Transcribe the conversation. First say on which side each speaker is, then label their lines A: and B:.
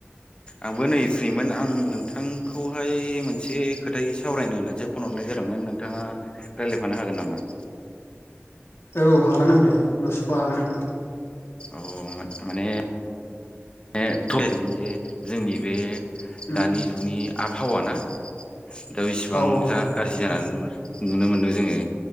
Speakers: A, on the left; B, on the left.
A: आंबो नै फ्रिमोन आं नोंथांखौहाय मोनसे खोथाय सावरायनो होनासो फन हरनाय जादोंमोन नोंथाङा रालायफानो हागोन नामा
B: औ हागोन आं दे दस'खौ हागोन आं
A: औ मा-माने ने थुलायदोंमोन जे जोंनि बे
B: उम
A: दानि जुनि आबहावा ना दा बिसिबां
B: औ ओ
A: जा गाज्रि जानान नुनो मोनदों जोङो